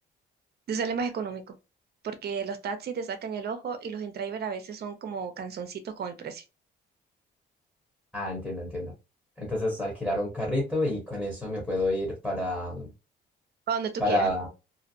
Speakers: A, on the right; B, in the centre.
A: Te sale más económico, porque los taxis te sacan el ojo y los in-driver a veces son como canzoncitos con el precio.
B: Ah, entiendo, entiendo. Entonces, alquilar un carrito y con eso me puedo ir para,
A: Para donde tú
B: para,
A: quieras.